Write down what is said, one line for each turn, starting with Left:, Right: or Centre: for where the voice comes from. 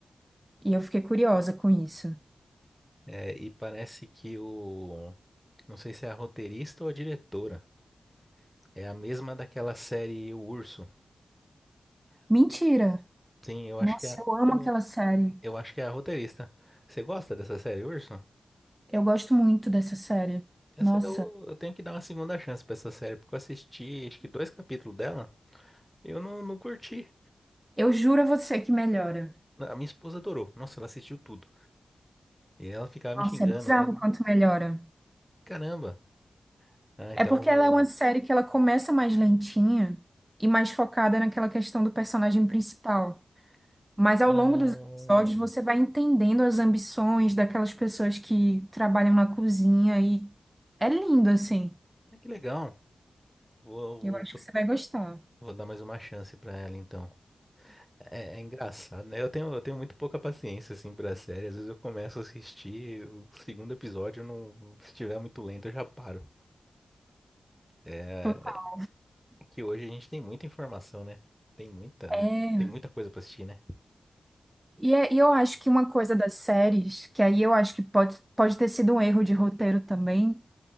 Right: E eu fiquei curiosa com isso.
Centre: é, e parece que o. Não sei se é a roteirista ou a diretora. É a mesma daquela série O Urso.
Right: Mentira!
Centre: Sim, eu
Right: Nossa,
Centre: acho que é.
Right: eu amo
Centre: Eu,
Right: aquela série.
Centre: eu acho que é a roteirista. Você gosta dessa série, Urso?
Right: Eu gosto muito dessa série.
Centre: Essa-
Right: Nossa,
Centre: eu, eu tenho que dar uma segunda chance pra essa série, porque eu assisti acho que dois capítulos dela e eu não, não curti.
Right: eu juro a você que melhora.
Centre: A minha esposa adorou. Nossa, ela assistiu tudo. E ela ficava
Right: Nossa,
Centre: me xingando.
Right: é bizarro
Centre: Ela,
Right: o quanto melhora.
Centre: Caramba. Ah,
Right: É
Centre: então
Right: porque
Centre: eu vou.
Right: ela é uma série que ela começa mais lentinha e mais focada naquela questão do personagem principal. Mas ao
Centre: Ah,
Right: longo dos episódios você vai entendendo as ambições daquelas pessoas que trabalham na cozinha e é lindo assim.
Centre: ah, que legal. Vou,
Right: Eu acho
Centre: vou, vou
Right: que você vai gostar.
Centre: vou dar mais uma chance pra ela, então. É, é engraçado, né? Eu tenho, eu tenho muito pouca paciência, assim, pra série. Às vezes eu começo a assistir o segundo episódio, eu não, se estiver muito lento, eu já paro. É
Right: Total.
Centre: que hoje a gente tem muita informação, né? Tem muita,
Right: É.
Centre: tem muita coisa pra assistir, né?
Right: E, é- e eu acho que uma coisa das séries, que aí eu acho que pode, pode ter sido um erro de roteiro também,